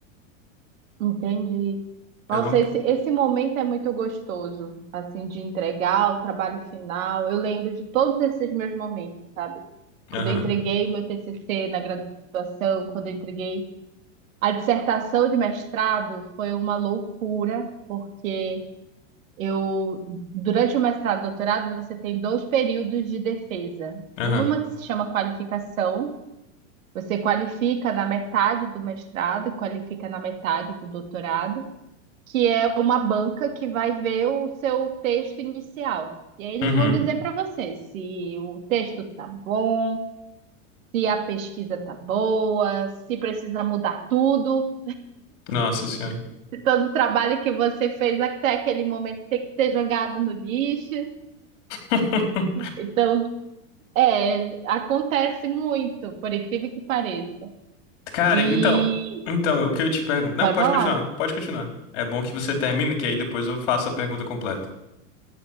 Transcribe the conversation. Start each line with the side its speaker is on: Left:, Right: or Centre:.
Right: Entendi. Nossa,
Left: Eu não.
Right: esse, esse momento é muito gostoso, assim, de entregar o trabalho final. Eu lembro de todos esses meus momentos, sabe? Quando
Left: Aham.
Right: eu entreguei o meu TCC na graduação, quando eu entreguei a dissertação de mestrado, foi uma loucura, porque eu, durante o mestrado e doutorado, você tem dois períodos de defesa.
Left: Aham.
Right: Uma que se chama qualificação, você qualifica na metade do mestrado e qualifica na metade do doutorado que é uma banca que vai ver o seu texto inicial. E aí eles
Left: Uhum.
Right: vão dizer para você se o texto tá bom, se a pesquisa tá boa, se precisa mudar tudo,
Left: Nossa senhora.
Right: se todo o trabalho que você fez até aquele momento tem que ser jogado no lixo.
Left: <laughs>
Right: Então, é, acontece muito, por incrível que pareça.
Left: Cara,
Right: E
Left: então, então, o que eu te pergunto? Não,
Right: pode
Left: pode
Right: falar.
Left: continuar, pode continuar. É bom que você termina, que aí depois eu faço a pergunta completa.